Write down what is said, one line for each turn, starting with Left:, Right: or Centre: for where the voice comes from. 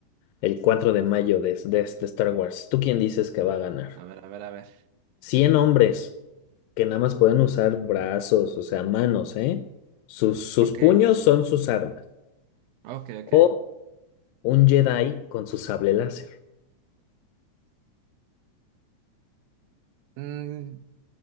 Left: el 4 de mayo de, de este Star Wars, ¿tú quién dices que va a ganar?
Right: A ver, a ver, a ver.
Left: 100 hombres que nada más pueden usar brazos, o sea, manos, ¿eh? Sus, sus
Right: Ok,
Left: puños son sus armas.
Right: ok, ok.
Left: O un Jedi con su sable láser.
Right: Mm,